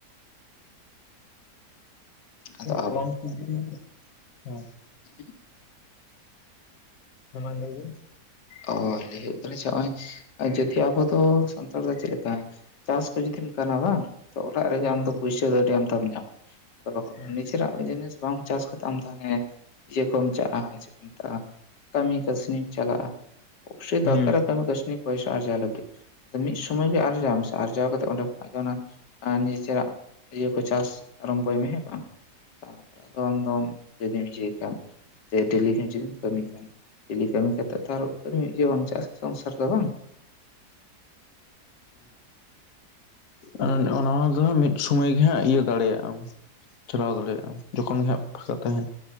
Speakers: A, on the left; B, on the left.
A: ᱟᱫᱚ
B: ᱠᱚᱢ <unintelligible> ᱦᱮᱸ
A: ᱦᱮᱸ
B: ᱦᱮ ᱢᱟ ᱞᱟᱹᱭ ᱵᱤᱱ
A: ᱚ ᱞᱟᱹᱭ ᱦᱩᱭᱩᱜ ᱠᱟᱱᱟ ᱡᱮ ᱱᱚᱜᱼᱚᱭ, ᱡᱚᱫᱤ ᱟᱵᱚ ᱫᱚ ᱥᱟᱱᱛᱟᱲ ᱫᱚ ᱪᱮᱫᱞᱮᱠᱟ ᱪᱟᱥ ᱠᱚ ᱡᱩᱫᱤᱢ ᱜᱟᱱᱟ ᱵᱟᱝ, ᱛᱚ ᱚᱲᱟᱜ ᱨᱮᱜᱮ
B: ᱦᱮᱸ
A: ᱟᱢ ᱫᱚ ᱯᱩᱭᱥᱟᱹ ᱫᱚ ᱟᱹᱰᱤ ᱟᱢᱫᱟᱢ ᱧᱟᱢᱟ ᱟᱫᱚ
B: ᱦᱮᱸ
A: ᱱᱤᱡᱮᱨᱟᱜ, ᱡᱤᱱᱤᱥ ᱵᱟᱢ ᱪᱟᱥ ᱠᱟᱛᱮ ᱟᱢᱫᱚ ᱦᱟᱱᱮ ᱤᱭᱟᱹ ᱠᱚᱢ ᱪᱟᱜᱼᱟ ᱪᱮᱫ ᱠᱚ ᱢᱮᱛᱟᱜᱼᱟ ᱠᱟᱹᱢᱤ ᱠᱟᱹᱥᱱᱤᱢ ᱪᱟᱞᱟᱜᱼᱟ ᱾ ᱥᱮ ᱫᱚᱨᱠᱟᱨᱟ
B: ᱦᱮᱸ
A: ᱠᱟᱹᱢᱤ ᱠᱟᱹᱥᱱᱤ ᱯᱚᱭᱥᱟ ᱟᱨᱡᱟᱹᱣ ᱞᱟᱹᱜᱤᱫ ᱾ ᱟᱫᱚ ᱢᱤᱫ ᱥᱚᱢᱚᱭ ᱜᱮ ᱟᱨᱡᱟᱣ ᱢᱮᱥᱮ ᱟᱨᱡᱟᱣ ᱠᱟᱛᱮ ᱚᱸᱰᱮ ᱠᱷᱚᱱᱟᱜ ᱜᱮ ᱚᱱᱟ, ᱟᱨ ᱱᱤᱡᱮᱨᱟᱜ ᱤᱭᱟᱹ ᱠᱚ ᱪᱟᱥ ᱟᱨᱚᱢᱵᱷᱚᱭ ᱢᱮ ᱦᱮᱸ ᱵᱟᱝ ᱛᱟᱨᱯᱚᱨ ᱠᱚᱢ ᱠᱚᱢ ᱡᱩᱫᱤᱢ ᱡᱮᱫᱟ ᱰᱮᱞᱤ ᱡᱩᱫᱤᱢ ᱠᱟᱹᱢᱤ ᱠᱷᱟᱱ ᱰᱮᱞᱤ ᱠᱟᱹᱢᱤ ᱠᱟᱛᱮ ᱛᱚ ᱟᱨ ᱢᱤᱫ ᱜᱮ ᱵᱟᱝ ᱪᱟᱥ ᱥᱚᱝᱥᱟᱨ ᱫᱚ ᱵᱟᱝ ᱾
B: ᱦᱮ ᱚᱱᱟ ᱫᱚ ᱦᱟᱸᱜ ᱢᱤᱫ ᱥᱚᱢᱚᱭ ᱜᱮ ᱦᱟᱸᱜ ᱤᱭᱟᱹ ᱫᱟᱲᱮᱭᱟᱜᱼᱟᱢ ᱪᱟᱞᱟᱣ ᱫᱟᱲᱮᱭᱟᱜᱼᱟᱢ ᱾ ᱡᱚᱠᱷᱚᱱ ᱜᱮ ᱦᱟᱸᱜ ᱯᱷᱟᱸᱠᱟ ᱛᱟᱦᱮᱱ